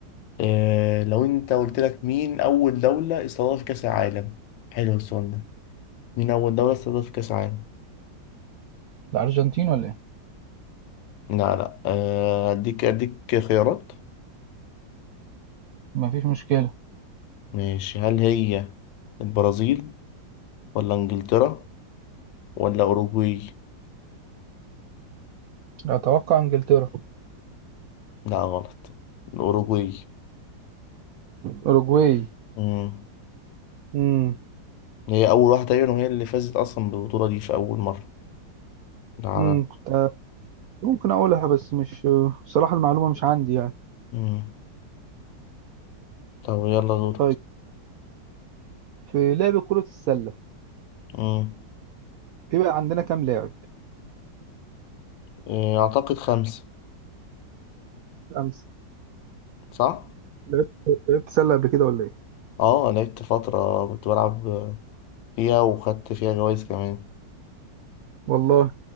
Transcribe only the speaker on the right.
الأرجنتين ولا إيه؟
مفيش مشكلة
أتوقع إنجلترا
أوروجواي
مم.
مم. كنت ممكن أقولها بس مش صراحة المعلومة مش عندي يعني
طيب في لعب كرة السلة
بيبقى عندنا كام لاعب؟
خمسة
لعبت لعبت سلة قبل كده ولا إيه؟
والله